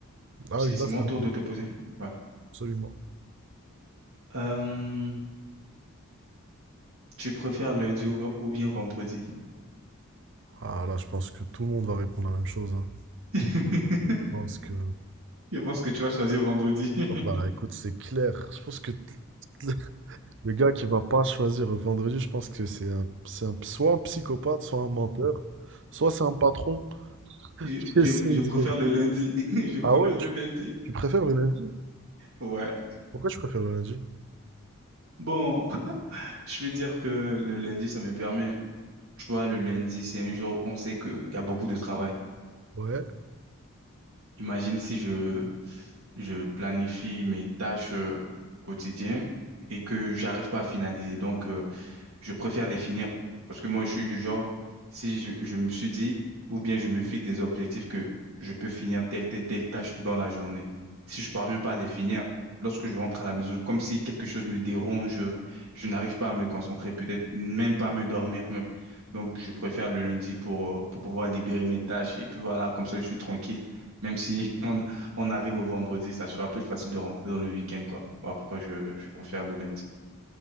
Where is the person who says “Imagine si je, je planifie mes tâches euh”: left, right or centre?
Right